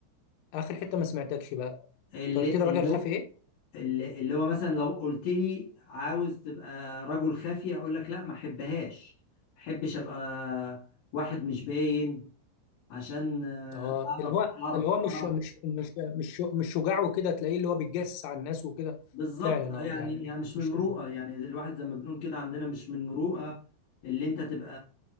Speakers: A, on the left; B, on the left.
A: اخر حته ما سمعتكش بقى
B: اللي
A: انت قلت
B: اللي
A: لي الراجل خافي
B: هو
A: ايه
B: اللي اللي هو مثلا لو قلت لي عاوز تبقى رجل خفي اقول لك لا ما احبهاش ما احبش ابقى واحد مش باين عشان آه،
A: اه
B: اعرف
A: اللي هو
B: اعرف
A: اللي هو مش
B: اعرف
A: مش مش مش مش شجاع وكده تلاقيه اللي هو بيتجسس على الناس وكده
B: بالظبط
A: فعلا
B: آه،
A: اه
B: يعني
A: يعني مش
B: يعني مش
A: مش
B: من المروءه
A: شجاع.
B: يعني الواحد زي ما بنقول كده عندنا مش من المروءه اللي انت تبقى